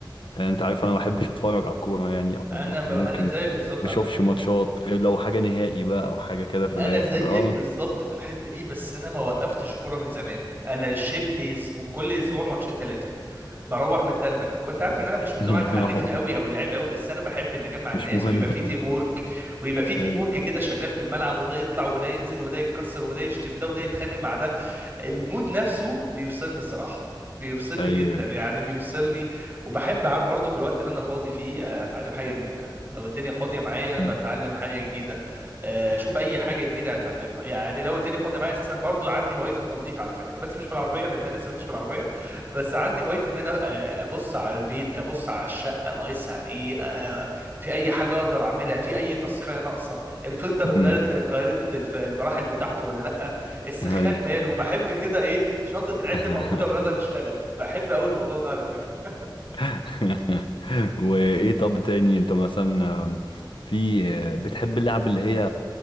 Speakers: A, on the left; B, on the right.
A: آه، انت عارف انا ما بحبش اتفرج على الكوره يعني او
B: انا
A: م-
B: ب...
A: ممكن
B: انا زيك
A: ما
B: بالظبط
A: بشوفش
B: على فكره
A: ماتشات
B: يعني.
A: غير لو حاجه نهائي بقى او حاجه كده في
B: انا
A: الاخر
B: زيك
A: اه
B: بالظبط في الحته دي بس انا ما وقفتش كوره من زمان انا شبه اسبوع كل اسبوع ماتشين ثلاثه بروح متدغدغ وانت عارف ان انا مش من النوع
A: <laughs>
B: الحريف
A: آه،
B: قوي او اللعيب قوي بس انا بحب ان اجمع
A: مش
B: الناس
A: مهم
B: ويبقى في تيم وورك
A: <laughs>
B: ويبقى في تيم
A: ايوه
B: وورك كده شغال في الملعب وده يطلع وده ينزل وده يتكسر وده يشتم ده وده يتخانق مع ده المود نفسه بيفصلني الصراحة بيفصلني
A: ايوه
B: جدا يعني بيفصلني وبحب عار- برضه في الوقت اللي انا فاضي فيه آه، اتعلم حاجة جديدة لو الدنيا فاضية معايا
A: أمم،
B: بتعلم حاجة جديدة آه، اشوف اي حاجة جديدة اتعلمها يعني لو الدنيا فاضية معايا اساسا برضه عندي هواية التنظيف على فكرة بس مش في العربية لان انا لسه مش في العربية بس عندي هواية ان انا آه، ابص على البيت ابص على الشقة ناقصها ايه آه، في اي حاجة اقدر اعملها في اي تاسكاية ناقصة الفلتر اتغيرت
A: أمم،
B: اتغيرت الف- المراحل بتاعته ولا لا السخان
A: ايوه
B: ماله بحب كده ايه شنطة العدة
A: <laughs>
B: موجودة ويلا نشتغل بحب قوي الموضوع ده على فكرة
A: <laughs> وايه طب تاني انت مثلا آم، في آه، بتحب اللعب اللي هي